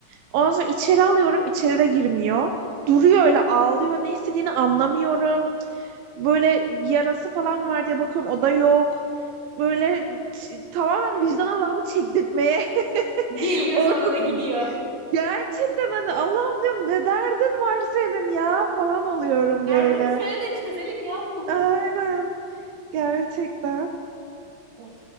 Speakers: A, on the right; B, on the right.
A: Ondan sonra içeri alıyorum. içeri de girmiyor. Duruyor öyle ağlıyor. Ne istediğini anlamıyorum. Böyle bir yarası falan var diye bakıyorum. O da yok. Böyle t- tamamen vicdan azabı çektirtmeye
B: Geliyor
A: <laughs>
B: sonra
A: orada
B: da gidiyor.
A: gerçekten hani Allah'ım diyorum ne derdin var senin ya falan oluyorum
B: Derdini
A: böyle.
B: söyle de çözelim yavrum.
A: Aynen. Gerçekten
B: Of,